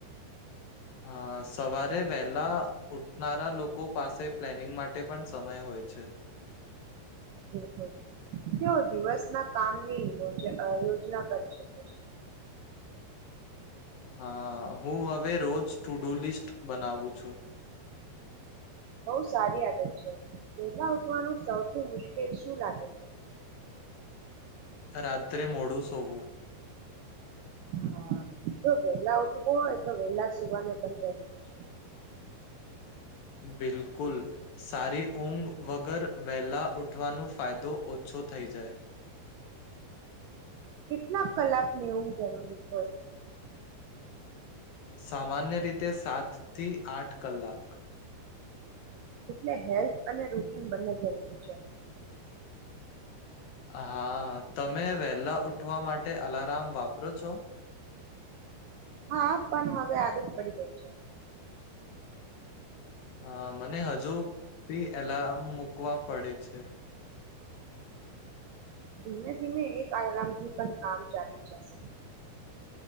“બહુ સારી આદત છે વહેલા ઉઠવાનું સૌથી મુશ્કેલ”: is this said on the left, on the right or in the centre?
Right